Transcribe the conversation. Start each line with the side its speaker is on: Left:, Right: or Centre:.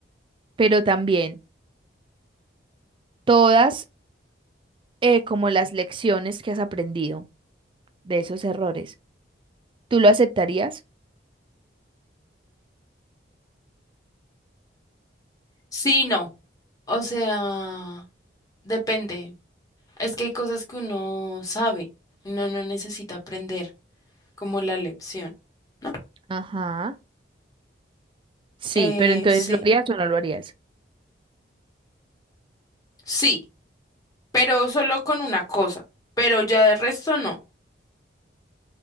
Right: pero también todas eh, como las lecciones que has aprendido de esos errores, ¿tú lo aceptarías?
Left: Sí, no. O sea, depende. Es que hay cosas que uno sabe, uno no necesita aprender, como la lección, ¿no?
Right: Ajá. Sí,
Left: Eh,
Right: pero entonces,
Left: sí,
Right: ¿lo harías o no lo harías?
Left: sí, pero solo con una cosa, pero ya de resto no.